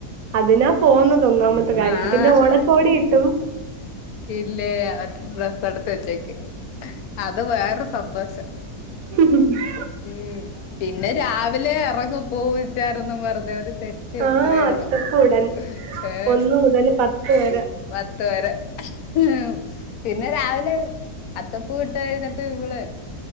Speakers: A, on the right (about 70°); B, on the left (about 75°).
A: അതിനാ പോകന്നുന്നത് ഒന്നാമത്തെ കാര്യം
B: ആഹ്
A: പിന്നെ ഓണക്കോടി കിട്ടും
B: ഇല്ലേ അവരു ഡ്രസ് എടുത്ത് വെച്ചേക്ക് അത് വേറെ സന്തോഷം
A: ഉം ഹ
B: ഉ പിന്നെ രാവിലെ ഇറങ്ങും പൂ പിച്ചാനെന്നും പറഞ്ഞേര് സെറ്റ് മത്തി
A: ആഹ്
B: ഇത്ര
A: അത്തപ്പൂടൻ
B: ഇറങ്ങും ഏ
A: ഒന്ന് മുതൽ പത്ത് വരെ
B: പത്ത വരെ ഉ പിന്നെ രാവിലെ അത്തപ്പൂ വിട്ട് കഴുന്നിട്ട് ഇവള്